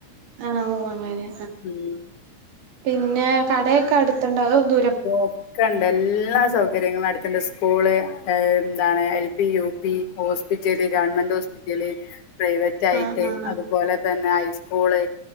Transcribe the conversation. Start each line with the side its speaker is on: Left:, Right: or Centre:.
Right: ആഹ് ഓ അങ്ങനെ
Left: ഉം
Right: പിന്നെ കടയൊക്കെ അടുത്ത്ണ്ടോ അതോ ദു
Left: ഒക്കെണ്ട് എല്ലാ സൗകര്യങ്ങളും അടുത്ത്ണ്ട് സ്കൂള് ണ്ട് എന്താണ് L P, U P, hospital, government hospital പ്രൈവറ്റായിട്ട്
Right: ആഹ് ആഹ് ആഹ്
Left: അതുപോലെ തന്നെ ഹൈസ്കൂള്